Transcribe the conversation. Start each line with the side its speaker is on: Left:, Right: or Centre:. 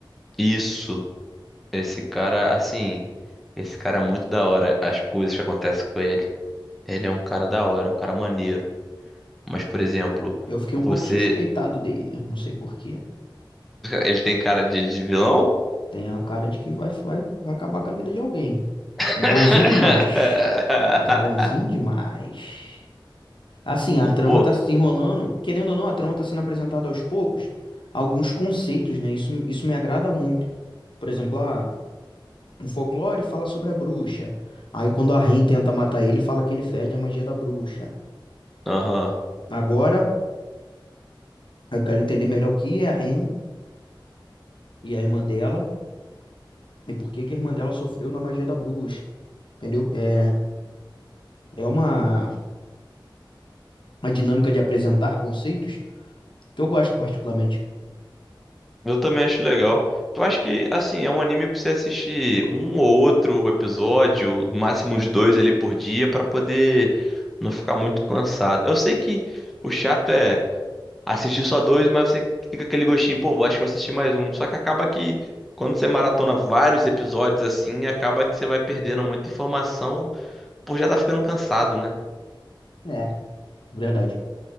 Centre: Isso. Esse cara, assim, esse cara é muito da hora, as coisas que acontecem com ele. Ele é um cara da hora, é um cara maneiro. Mas, por exemplo,
Left: Eu fiquei um
Centre: você
Left: pouco suspeitado dele, não sei por quê.
Centre: Ele tem cara de, de vilão?
Left: Tem a cara de que vai, vai, vai acabar com a vida de alguém.
Centre: <laughs>
Left: Um bonzinho demais. Ele é bonzinho demais. Assim, a trama
Centre: Pô,
Left: tá se enrolando. Querendo ou não, a trama tá sendo apresentada aos poucos. Alguns conceitos, né? Isso, isso me agrada muito. Por exemplo, ah, o folclore fala sobre a bruxa. Aí quando a Rain tenta matar ele, fala que ele fede a magia da bruxa.
Centre: aham.
Left: Agora, eu quero entender melhor o que é a Rain e a irmã dela. E por que que a irmã dela sofreu na magia da bruxa. Entendeu? É, é uma, uma dinâmica de apresentar conceitos que eu gosto particularmente.
Centre: Eu também acho legal. Eu acho que, assim, é um anime pra você assistir um ou outro episódio, no máximo uns dois ali por dia, pra poder não ficar muito cansado. Eu sei que o chato é assistir só dois, mas você fica aquele gostinho, pô, acho que vou assistir mais um. Só que acaba que, quando você maratona vários episódios assim, acaba que você vai perdendo muita informação, pô, já tá ficando cansado, né?
Left: é Verdade.